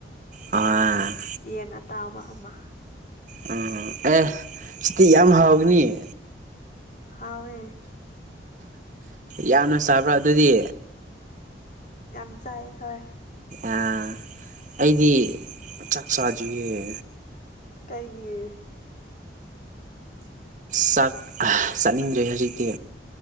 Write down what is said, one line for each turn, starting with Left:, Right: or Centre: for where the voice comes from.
Right: ꯑ
Left: ꯌꯦꯟ ꯑꯇꯥꯕ ꯑꯃ
Right: ꯎꯝ ꯑꯦ ꯁꯤꯇꯤ ꯌꯥꯝ ꯍꯥꯎꯒꯅꯤꯌꯦ
Left: ꯍꯋꯦ
Right: ꯌꯥꯝꯅ ꯆꯥꯕ꯭ꯔꯥ ꯑꯗꯨꯗꯤ
Left: ꯌꯥꯝ ꯆꯥꯏ ꯍꯣꯏ
Right: ꯑ ꯑꯩꯗꯤ ꯆꯥꯛ ꯆꯥꯗꯔꯤꯌ
Left: ꯀꯩꯒꯤ
Right: ꯆꯥꯛ ꯆꯥꯅꯤꯡꯗ꯭ꯔꯦ ꯍꯧꯖꯤꯛꯇꯤ